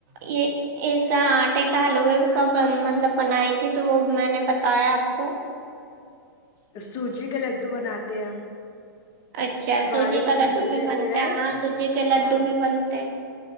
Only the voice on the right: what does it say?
یہ اس کا آٹے کا حلوے کب مطلب بنائی تھی تو وہ میں نے بتایا آپ کو <inaudible>
اچھا
سوجی کا لڈو بھی
بنتا
ہے ہاں سوجی کے لڈو
بھی بنتے